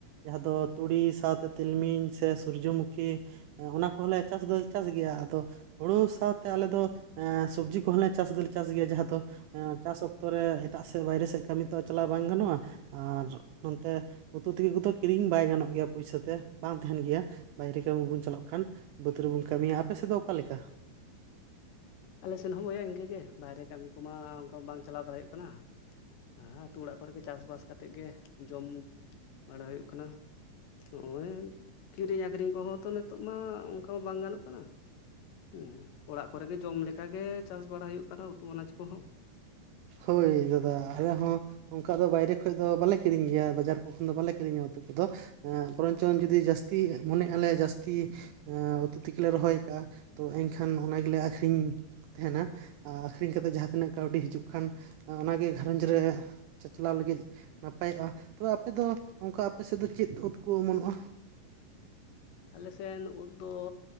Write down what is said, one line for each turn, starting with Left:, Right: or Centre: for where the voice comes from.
Right: ᱡᱟᱦᱟᱸ ᱫᱚ ᱛᱩᱲᱤ ᱥᱟᱶᱛᱮ ᱛᱤᱞᱢᱤᱧ ᱥᱮ ᱥᱩᱨᱡᱚᱢᱩᱠᱷᱤ ᱮ ᱚᱱᱟ ᱠᱚᱦᱚᱸᱞᱮ ᱪᱟᱥ ᱫᱚᱞᱮ ᱪᱟᱥ ᱜᱮᱭᱟ, ᱟᱫᱚ ᱦᱩᱲᱩ ᱥᱟᱶᱛᱮ ᱟᱞᱮ ᱫᱚ ᱮᱸ ᱥᱚᱵᱡᱤ ᱠᱚᱦᱚᱸ ᱞᱮ ᱪᱟᱥ ᱫᱚᱞᱮ ᱪᱟᱥ ᱜᱮᱭᱟ ᱡᱟᱦᱟᱸ ᱫᱚ ᱮᱸ ᱪᱟᱥ ᱚᱠᱛᱚ ᱨᱮ ᱮᱴᱟᱜ ᱥᱮᱜ ᱵᱟᱭᱨᱮ ᱥᱮᱫ ᱠᱟᱹᱢᱤ ᱛᱚ ᱪᱟᱞᱟᱣ ᱵᱟᱝ ᱜᱟᱱᱚᱜᱼᱟ᱾ ᱟᱨ ᱱᱚᱱᱛᱮ ᱩᱛᱩ ᱛᱮᱠᱤ ᱠᱚᱫᱚ ᱠᱤᱨᱤᱧ ᱵᱟᱭ ᱜᱟᱱᱚᱜ ᱜᱮᱭᱟ ᱯᱩᱭᱥᱟᱹ ᱛᱮ ᱵᱟᱝ ᱛᱟᱦᱮᱱ ᱜᱮᱭᱟ᱾ ᱵᱟᱭᱨᱮ ᱠᱟᱹᱢᱤ ᱵᱚᱱ ᱪᱟᱞᱟᱜ ᱠᱷᱟᱱ ᱵᱟᱹᱫᱽ ᱨᱮ ᱵᱚᱱ ᱠᱟᱹᱢᱤᱭᱟ ᱟᱯᱮ ᱥᱮᱫ ᱫᱚ ᱚᱠᱟ ᱞᱮᱠᱟ?
Left: ᱟᱞᱮ ᱥᱮᱱ ᱦᱚᱸ ᱵᱚᱭᱦᱟ ᱤᱝᱠᱟᱹᱜᱮ ᱵᱟᱭᱨᱮ ᱠᱟᱹᱢᱤ ᱠᱚᱢᱟ ᱚᱝᱠᱟ ᱵᱟᱝ ᱪᱟᱞᱟᱣ ᱫᱟᱲᱮᱜᱦᱩᱭᱩᱜ ᱠᱟᱱᱟ᱾ ᱦᱮᱸ ᱟᱛᱳ ᱚᱲᱟᱜ ᱠᱚᱨᱮ ᱜᱮ ᱪᱟᱥ ᱵᱟᱥ ᱠᱟᱛᱮᱜ ᱜᱮ ᱡᱚᱢ ᱧᱩ ᱵᱟᱲᱟ ᱦᱩᱭᱩᱜ ᱠᱟᱱᱟ᱾ ᱱᱚᱜᱼᱚᱭ ᱠᱤᱨᱤᱧ ᱟᱹᱠᱷᱨᱤᱧ ᱠᱚᱦᱚᱸ ᱛᱚ ᱱᱤᱛᱚᱜ ᱢᱟ ᱚᱝᱠᱟ ᱢᱟ ᱵᱟᱝ ᱜᱟᱱᱚᱜ ᱠᱟᱱᱟ᱾ ᱦᱮᱸ ᱚᱲᱟᱜ ᱠᱚᱨᱮ ᱜᱮ ᱡᱚᱢ ᱞᱮᱠᱟ ᱜᱮ ᱪᱟᱥ ᱵᱟᱲᱟ ᱦᱩᱭᱩᱜ ᱠᱟᱱᱟ ᱩᱛᱩ ᱟᱱᱟᱡ ᱠᱚᱦᱚᱸ᱾
Right: ᱦᱳᱭ ᱫᱟᱫᱟ ᱟᱞᱮ ᱦᱚᱸ ᱚᱝᱠᱟ ᱫᱚ ᱵᱟᱭᱨᱮ ᱠᱷᱚᱡ ᱫᱚ ᱵᱟᱞᱮ ᱠᱤᱨᱤᱧ ᱜᱮᱭᱟ ᱵᱟᱡᱟᱨ ᱠᱚ ᱠᱷᱚᱱ ᱫᱚ ᱵᱟᱞᱮ ᱠᱤᱨᱤᱧᱟ ᱩᱛᱩ ᱠᱚᱫᱚ᱾ ᱪᱚᱝ ᱡᱩᱫᱤ ᱡᱟᱹᱥᱛᱤ ᱢᱚᱱᱮ ᱟᱞᱮ ᱡᱟᱹᱥᱛᱤ ᱩᱛᱩ ᱛᱮᱠᱤᱞᱮ ᱨᱚᱦᱚᱭ ᱠᱟᱜᱼᱟ ᱛᱚ ᱮᱱᱠᱷᱟᱱ ᱚᱱᱟ ᱜᱮᱞᱮ ᱟᱹᱠᱷᱨᱤᱧ ᱛᱟᱦᱮᱱᱟ ᱟᱹᱠᱷᱨᱤᱧ ᱠᱟᱛᱮᱜ ᱡᱟᱦᱟᱸ ᱛᱤᱱᱟᱹᱜ ᱠᱟᱹᱣᱰᱤ ᱦᱤᱡᱩᱜ ᱠᱷᱟᱱ ᱚᱱᱟᱜᱮ ᱜᱷᱟᱨᱚᱸᱡᱽ ᱨᱮ ᱪᱟᱪᱞᱟᱣ ᱞᱟᱹᱜᱤᱫ ᱱᱟᱯᱟᱭᱚᱜᱼᱟ, ᱛᱚᱵᱮ ᱟᱯᱮ ᱫᱚ ᱚᱱᱠᱟ ᱟᱯᱮ ᱥᱮᱫ ᱫᱚ ᱪᱮᱫ ᱩᱫ ᱠᱚ ᱚᱢᱚᱱᱚᱜᱼᱟ᱾
Left: ᱟᱞᱮ ᱥᱮᱱ ᱩᱫ ᱫᱚ